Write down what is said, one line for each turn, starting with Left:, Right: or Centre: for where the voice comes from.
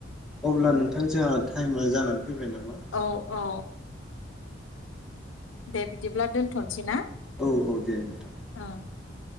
Centre: अब्ला नोंथां जोहा टाइमा जानानै फैबाय नामा
Left: औ औ दे बिदिब्ला दोनथनोसै ना?
Centre: औ औ दे नोंथां
Left: ओं दे